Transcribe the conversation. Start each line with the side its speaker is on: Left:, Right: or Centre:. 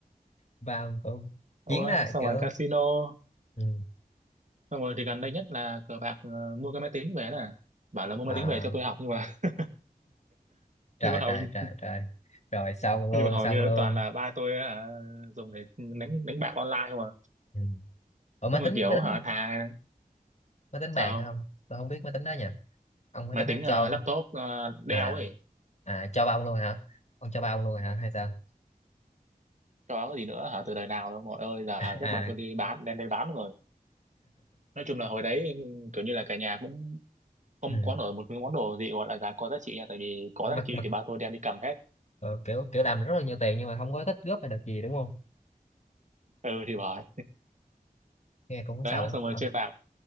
Left: ba ông cũng
Right: Ờ,
Left: chiến đó
Right: xong
Left: kiểu
Right: rồi casino
Left: ừ.
Right: xong rồi thì gần đây nhất là cờ bạc ờ, mua cái máy tính về nè bảo là mua máy
Left: à,
Right: tính về cho tôi học nhưng mà <laughs>
Left: trời
Right: nhưng mà hầu
Left: trời
Right: như
Left: trời trời rồi xong luôn
Right: nhưng mà hầu
Left: xong
Right: như
Left: luôn
Right: toàn là ba tôi hả, dùng để đánh đánh bạc online không à
Left: ừ. ủa máy
Right: xong rồi
Left: tính
Right: kiểu
Left: máy
Right: hả
Left: tính
Right: thà
Left: máy tính bàn
Right: sao
Left: hay không tôi không biết máy tính đó nha ông máy
Right: máy
Left: tính
Right: tính
Left: đó
Right: ờ,
Left: cho
Right: laptop uh,
Left: à
Right: Dell ấy
Left: à cho ba ông luôn hả ông cho ba ông luôn hả hay sao
Right: cho cái gì nữa hả từ đời nào đâu mọi ơi giờ
Left: <laughs>
Right: chắc
Left: à
Right: ba tôi đi bán đem đi bán rồi nói chung là hồi đấy kiểu như là cả nhà cũng không
Left: ừ.
Right: có nổi một cái món đồ gì gọi là giá có giá trị nha tại vì có
Left: mặc
Right: giá trị
Left: mặc
Right: thì ba tôi đem đi cầm hết
Left: ờ, kiểu kiểu làm rất là nhiều tiền nhưng mà không có tích góp hay được gì đúng không
Right: ừ thì bởi
Left: nghe cũng
Right: đó
Left: sầu á
Right: xong rồi
Left: ờ,
Right: chơi bạc